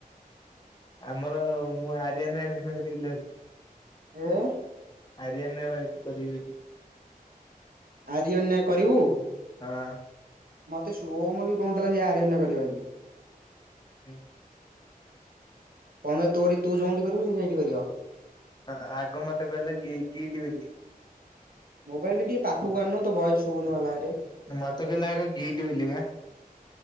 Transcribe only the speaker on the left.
ଆମର ମୁଁ ଆରିୟାନ ଆଡମିଶନ୍ କରିବି ବୋଲି ଭାବିଚି।
ଆରିଆନ୍ ରେ ଭାବିଚ଼ି କରିବି ବୋଲି।
ହଁ
ଉୁଁ।
ହଁ ଆଗ ମତେ କହିଲା ଗି ଗିଟ୍ ବୋଲି।
ମତ କହୀଲା ଆଗ ଗିଟି ବୋଲି ପା।